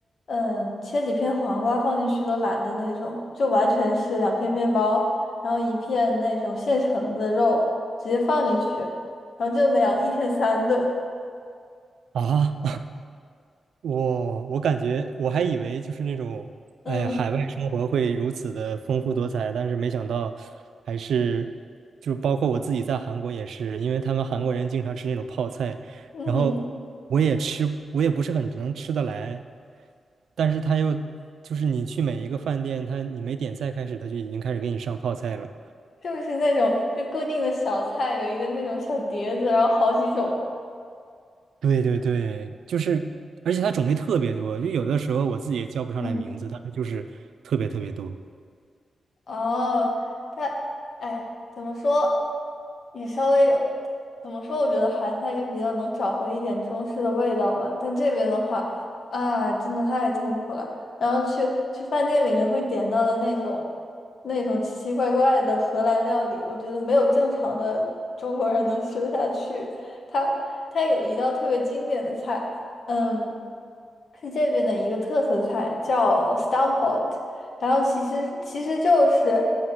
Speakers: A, on the left; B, on the right.
A: 嗯切几片黄瓜放进去都懒得那种，就完全是两片面包，然后一片那种现成的肉直接放进去，然后就那样一天三顿，
B: 啊。我我感觉我还以为就是那种，哎呀，
A: 嗯
B: 海外生活会如此的丰富多彩，但是没想到还是，就包括我自己在韩国也是，因为他们韩国人经常吃那种泡菜，
A: 嗯
B: 然后我也吃，
A: <laughs>
B: 我也不是很能吃得来，但是他又就是你去每一个饭店，他你没点菜开始，他就已经开始给你上泡菜了。
A: 就是那种就固定的小菜，有一个那种小碟子，然后好几种。
B: 对对对，就是，而且它种类特别多，就有的时候我自己也叫不上来名字，
A: 嗯，
B: 但是就是特别特别多。
A: 哦，但哎，怎么说，也稍微有，怎么说？我觉得韩餐也比较能找回一点中式的味道吧。但这边的话，啊，真的太痛苦了。然后去去饭店里面会点到的那种那种奇奇怪怪的荷兰料理，我觉得没有正常的中国人能吃得下去。它它有一道特别经典的菜，嗯，是这边的一个特色菜，叫 stamppot。然后其实其实就是